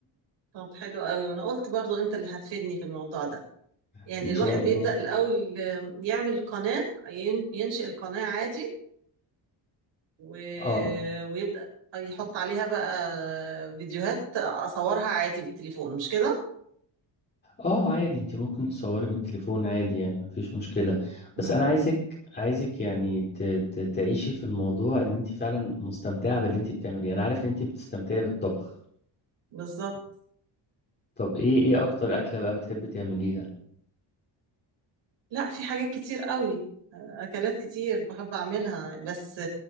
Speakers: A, on the right; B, on the left.
A: طب حلو قوي انا قلت برضو انت اللي هتفيدني في الموضوع ده
B: <laughs>
A: يعني
B: إن
A: الواحد
B: شاء
A: بيبدأ
B: الله
A: الاول آه، يعمل قناة ين- ينشئ القناة عادي و...
B: اه
A: ويبدأ يحط عليها بقى فيديوهات اصورها عادي بالتليفون مش كده
B: اه عادي انت ممكن تصوري بالتليفون عادي يعني مفيش مشكلة
A: مم.
B: بس انا عايزك عايزك يعني ت... ت... تعيشي في الموضوع ان انت فعلا مستمتعة باللي انت بتعمليه انا عارف ان انت بتستمتعي بالطبخ
A: بالظبط
B: طب ايه ايه اكتر اكلة بقى بتحبي تعمليها
A: لا في حاجات كتير قوي آه، اكلات كتير بحب اعملها بس